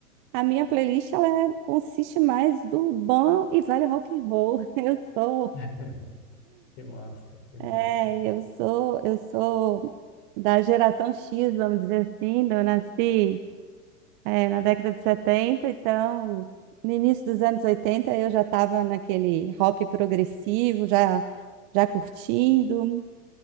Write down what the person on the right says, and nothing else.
a minha playlist, ela é- consiste mais do bom e velho rock and roll. <laughs> Eu sou,
é, eu sou, eu sou da geração X, vamos dizer assim, eu nasci é, na década de 70, então, no início dos anos 80, eu já estava naquele rock progressivo, já, já curtindo.